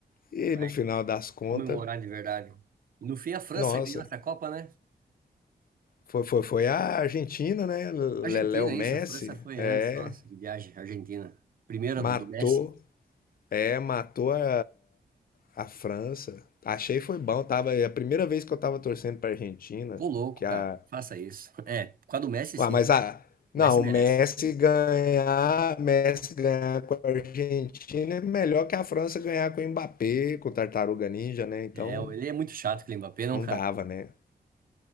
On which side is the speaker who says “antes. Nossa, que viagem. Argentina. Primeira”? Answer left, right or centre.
Right